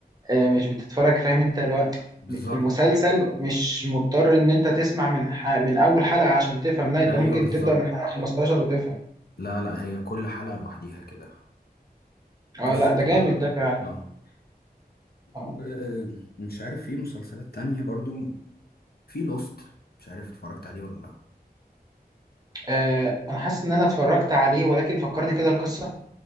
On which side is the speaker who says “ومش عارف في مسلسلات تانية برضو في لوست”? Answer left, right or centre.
Left